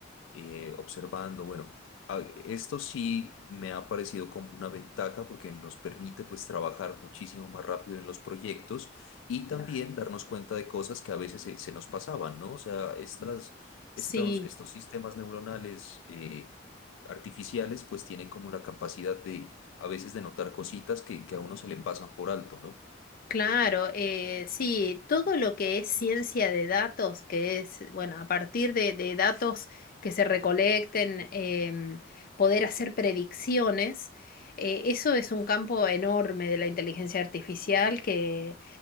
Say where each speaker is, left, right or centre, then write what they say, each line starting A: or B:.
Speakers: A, on the left (about 80°); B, on the left (about 50°).
A: eh, observando, bueno, a- esto sí me ha parecido como una ventaja porque nos permite pues trabajar muchísimo más rápido en los proyectos y también
B: claro.
A: darnos cuenta de cosas que a veces se, se nos pasaban, ¿no? O sea, estas, estos,
B: Sí.
A: estos sistemas neuronales eh, artificiales pues tienen como la capacidad de a veces de notar cositas que, que a uno se le pasan por alto, ¿no?
B: Claro, eh, sí, todo lo que es ciencia de datos, que es, bueno, a partir de, de datos que se recolecten, em, poder hacer predicciones, eh, eso es un campo enorme de la inteligencia artificial que,